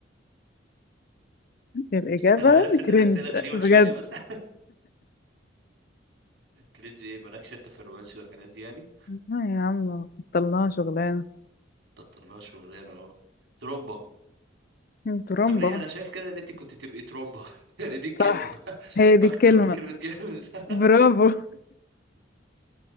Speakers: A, on the left; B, on the right.
A: الإجابة
B: انا عارف ان
A: كرنج
B: الاسئلة غريبة
A: بجد
B: شوية بس <laughs> كرينج ايه مالكش انت في الرومانسي والحاجات دي يعني
A: لا يا عم بطلناها شغلانة
B: بطلناها شغلانة اه ترومبا
A: ترمبة
B: طب ليه انا شايف كده ان انت كنت تبقي ترومبا <laughs> يعني دي الكلمة
A: صح
B: <laughs>
A: هي دي
B: اكتر
A: الكلمة
B: من كلمة جامد <laughs>
A: برافو